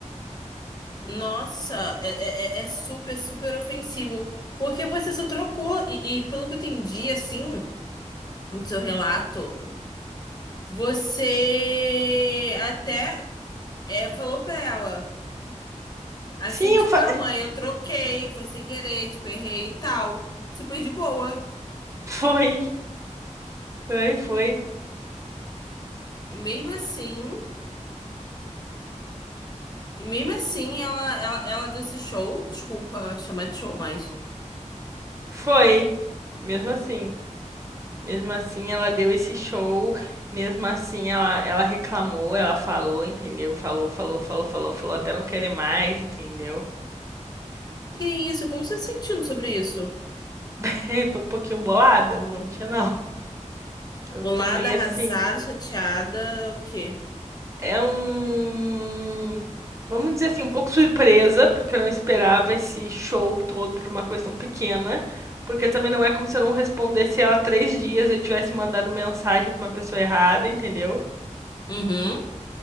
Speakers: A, on the left; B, on the right.
A: Nossa, é, é- é- é super, super ofensivo. Porque você só trocou. E, e pelo que eu entendi, assim, no seu relato, você até é, falou pra ela. Assim,
B: Sim,
A: tipo,
B: eu fa...
A: ah, mãe, eu troquei, foi sem querer, tipo, errei e tal. Super de boa.
B: <laughs> foi, foi, foi,
A: E mesmo assim, e mesmo assim, ela, ela, ela deu esse show. Desculpa chamar de show, mas.
B: foi. Mesmo assim, mesmo assim ela deu esse show, mesmo assim ela, ela reclamou, ela falou, entendeu? Falou, falou, falou, falou, falou até não querer mais, entendeu?
A: Que isso? Como você tá se sentindo sobre isso?
B: <laughs> Eu tô um pouquinho bolada, não vou mentir não. Eu
A: Bolada,
B: tô meio
A: arrasada,
B: assim.
A: chateada, o quê?
B: É um, vamos dizer assim, um pouco surpresa, porque eu não esperava esse show todo por uma coisa tão pequena. Porque também não é como se eu não respondesse ela três dias e eu tivesse mandado mensagem pra uma pessoa errada, entendeu? <laughs>
A: Uhum,